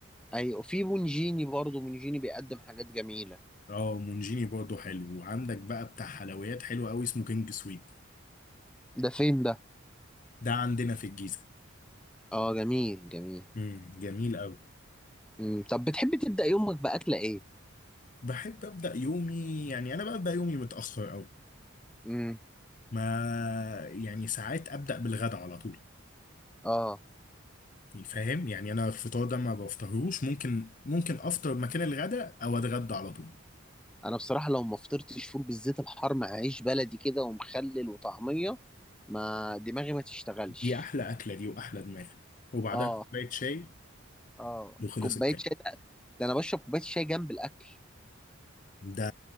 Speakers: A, in the centre; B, on the left.
A: ايوه وفي بونجيني برضه بونجيني بيقدم حاجات جميله
B: اه مونجيني برضه حلو وعندك بقى بتاع حلويات حلو قوي اسمه كينج سويت
A: ده فين ده
B: ده عندنا في الجيزه
A: اه جميل جميل
B: امم جميل قوي
A: امم طب بتحب تبدا يومك باكله ايه
B: بحب ابدا يومي يعني انا ببدا يومي متاخر قوي
A: امم
B: ما يعني ساعات ابدا بالغدا على طول
A: اه
B: فاهم يعني انا الفطار ده ما بفطرهوش ممكن ممكن افطر مكان الغداء او اتغدى على طول
A: انا بصراحه لو ما فطرتش فول بالزيت الحار مع عيش بلدي كده ومخلل وطعميه ما دماغي ما تشتغلش
B: دي احلى اكله دي واحلى دماغ وبعدها
A: اه
B: كوبايه شاي
A: اه
B: وخلص
A: كوبايه
B: الكلام
A: شاي ده, ده انا بشرب كوبايه شاي جنب الاكل
B: ده